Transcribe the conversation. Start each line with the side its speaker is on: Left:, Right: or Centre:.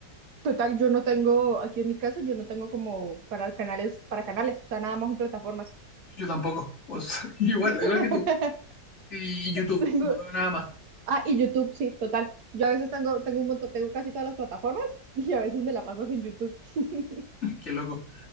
Right: Total, yo no tengo, aquí en mi casa, yo no tengo como para canales, para canales, o sea, nada más en plataformas.
Left: Yo tampoco. O sea, <laughs> igual,
Right: <laughs>
Left: igual que tú. Y YouTube.
Right: Tengo,
Left: No veo nada más.
Right: ah, y YouTube, sí, total. Yo a veces tengo, tengo un montón, tengo casi todas las plataformas <laughs> y a veces me la paso en YouTube. <laughs>
Left: Qué loco.